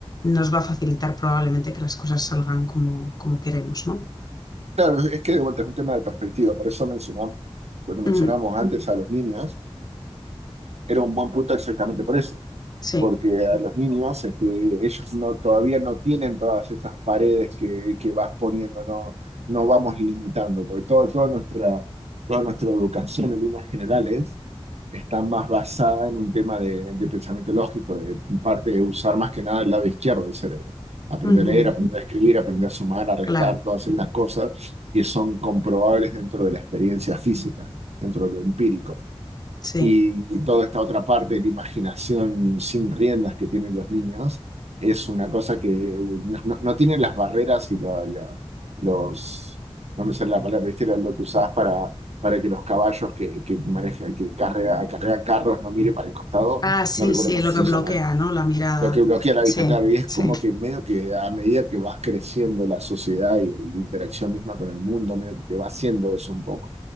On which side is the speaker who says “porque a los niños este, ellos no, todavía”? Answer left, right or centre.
Right